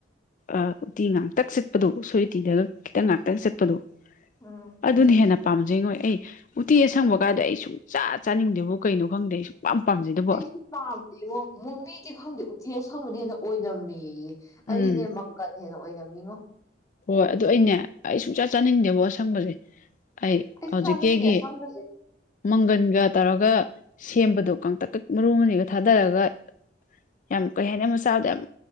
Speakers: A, on the left; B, on the left.
A: ꯑ ꯎꯇꯤ ꯉꯥꯛꯇꯛ ꯆꯤꯠꯄꯗꯣ ꯎꯁꯣꯏ ꯎꯇꯤꯗꯒ ꯈꯤꯇꯪ ꯉꯥꯛ ꯆꯠꯄꯗꯣ
B: ꯎꯝ
A: ꯑꯗꯨꯅ ꯍꯦꯟꯅ ꯄꯥꯝꯖꯩꯉꯣꯏ ꯑꯩ ꯎꯇꯤ ꯑꯁꯪꯕ ꯀꯥꯗꯣ ꯑꯩ ꯁꯨꯡ ꯆꯥ ꯆꯥꯅꯤꯡꯗꯦꯕꯣ ꯀꯩꯅꯣ ꯈꯪꯗꯦ ꯑꯩ ꯌꯥꯝ ꯄꯥꯝꯖꯩꯗꯣ
B: ꯑꯩꯁꯨ ꯄꯥꯝꯗꯦꯉꯣ ꯃꯣꯏꯃꯤꯗꯤ ꯈꯪꯗꯦ ꯎꯇꯤ ꯑꯁꯪꯕꯅ ꯍꯦꯟꯅ ꯑꯣꯏꯅꯝꯃꯦꯌꯦ ꯑꯩꯗꯤꯅꯦ
A: ꯎꯝ
B: ꯃꯪꯒꯟꯅ ꯍꯦꯟꯅ ꯑꯣꯏꯅꯝ ꯃꯤꯉꯣ
A: ꯍꯣꯏ ꯑꯗꯨ ꯑꯩꯅꯦ ꯑꯩ ꯁꯨꯡꯆꯥ ꯆꯥꯅꯤꯡꯗꯦꯕꯣ ꯑꯁꯪꯕꯁꯦ ꯑꯩ
B: ꯑꯩꯁꯨ
A: ꯍꯧꯖꯤꯛ
B: ꯆꯥꯅꯤꯡꯗꯦ
A: ꯀꯦꯒꯤ
B: ꯑꯁꯪꯕꯁꯦ
A: ꯃꯪꯒꯟꯒ ꯇꯧꯔꯒ ꯁꯦꯝꯕꯗꯣ ꯀꯪꯇꯛꯀ ꯃꯔꯨ ꯑꯅꯤꯒ ꯊꯥꯗꯔꯒ ꯌꯥꯝ ꯀꯩ ꯍꯥꯏꯅꯤ ꯑꯃ ꯆꯥꯕꯗ ꯌꯥꯝ